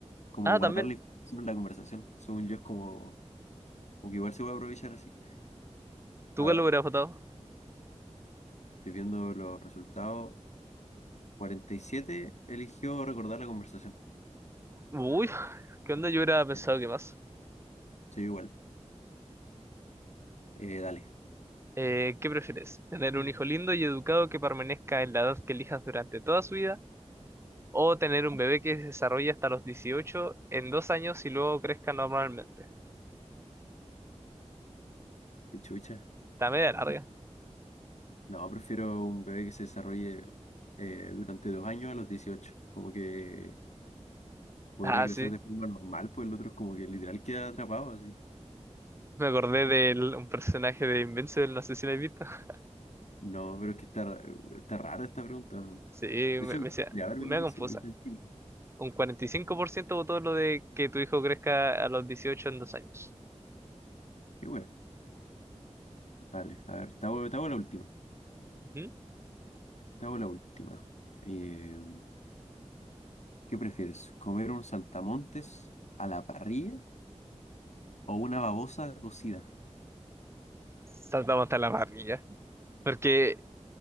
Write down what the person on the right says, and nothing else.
Ah,
también.
¿Tú
cuál
lo hubieras votado?
Uy, ¿qué onda? Yo hubiera
pensado que más.
Eh, ¿qué prefieres? ¿Tener
un hijo lindo y educado que permanezca en la edad que elijas durante toda su vida? ¿O tener un bebé que se desarrolle hasta los 18 en dos años y luego crezca normalmente?
Está media larga.
Ah,
sí.
Me acordé de un personaje de Invincible, no sé si lo has visto. <laughs>
Sí, me,
me decía,
me
da
confusa.
Un 45% votó lo de que tu hijo crezca a los 18 en dos años.
Ujú.
Saltamos hasta la parrilla. Porque